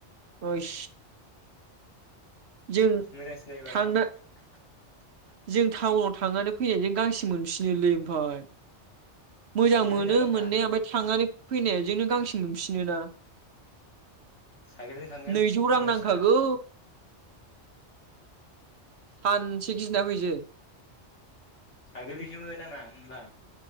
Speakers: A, on the right (about 65°); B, on the left (about 80°).
A: ओइस जों
B: मोजांसिन जायोब्रा
A: थांना
B: थां।
A: जों थाउनाव थांनानै फैनायजों गांसे मोनफिनोलै ओमफाय। मोजां
B: साइकेलजों
A: मोनो
B: थांगोनब्रा
A: मोननाया ओमफाय थांनानै फैनायजोंनो गांसे मोनफिनो ना।
B: साइकेलजों थांगोन
A: नैजौ रां
B: मानोसिना
A: नांखागौ। सानसे गिदिना फैसै।
B: साइकेल जोंसोमोन आंना होमबा।